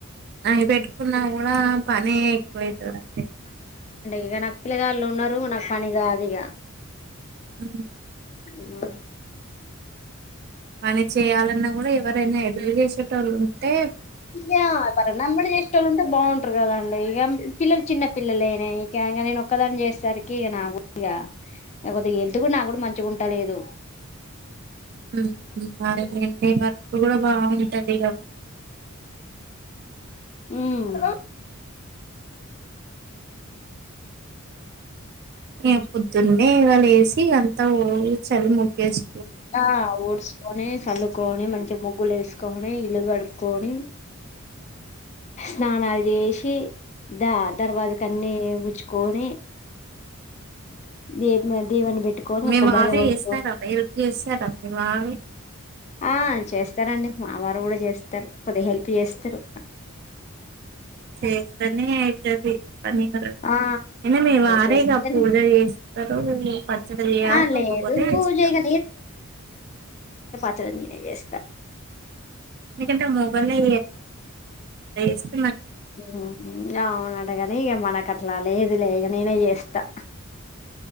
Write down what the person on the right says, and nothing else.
మీర్ పెట్టుక్ కున్నా గూడా పని ఎక్కువైతాదండీ
హ్మ్
పని చేయాలన్నా గుడా ఎవరైనా ఎట్ల చేసేటోళ్ళు టే
హుమ్ ఆయనుంటే వర్క్ గూడ బావుం తల్లి కదా
నేను పొద్దున్ న్నే ఇగల్లేసి అంత్ ఊడ్చి చల్లి ముగ్గేస్
మీ
వారు
చేస్తారా హెల్ప్ చేస్తారా మీ వారు
చేస్తనే ఐతది అయినా
మీవారే
ఇగ పూజ చేస్తరు పచ్చడి చేయాలి
<unintelligible>
చేస్త
మికింకా మొగొళ్ళే <inaudible>